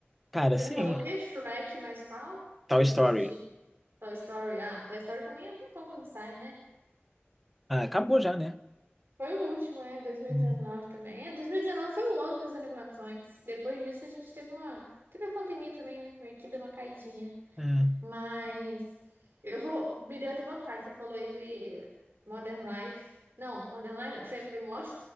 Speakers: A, in the centre; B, on the right.
A: Cara,
B: Você
A: sim,
B: falou o quê? Shrek, mas qual?
A: Toy
B: Que você
A: Story.
B: assistiu? Toy Story. Ah, Toy Story também há um tempão que não sai, né?
A: Ah, acabou já, né?
B: Foi o último, é, 2019
A: Uhum.
B: também. É, 2019 foi o ano das animações. Depois disso a gente teve uma, teve a pandemia também, né? Meio que deu uma caidinha.
A: É.
B: Mas eu vou, me deu até vontade, você falou aí de Modern Life. Não, Modern Life, não, Family Modern,